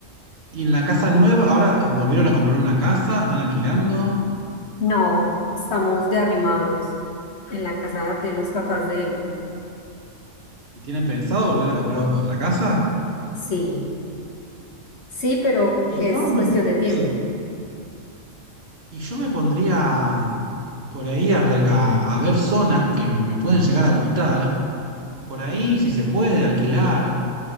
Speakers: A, on the right; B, on the left.
A: y en la casa nueva, ahora eh, volvieron a comprar una casa? ¿Están alquilando?
B: No, estamos de arrimados en la casa de los papás de él.
A: ¿Y tienen pensado volver a comprar otra casa?
B: Sí, sí, pero
A: Y
B: es
A: yo me,
B: cuestión de tiempo.
A: sí. Y yo me pondría por ahí a, re- a- a ver zonas que me me pueden llegar a gustar. Por ahí, si se puede, alquilar